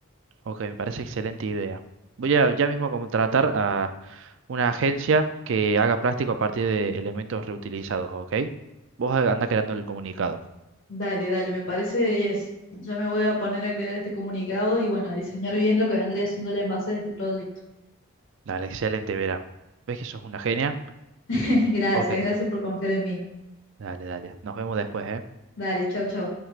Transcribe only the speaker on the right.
Ok, me parece excelente idea. Voy a ya mismo a contratar a una agencia que haga plástico a partir de elementos reutilizados, ¿ok? Vos anda creando el comunicado.
Dale, excelente, Vera. ¿Ves que sos una genia?
Ok,
dale, dale. Nos vemos después, ¿eh?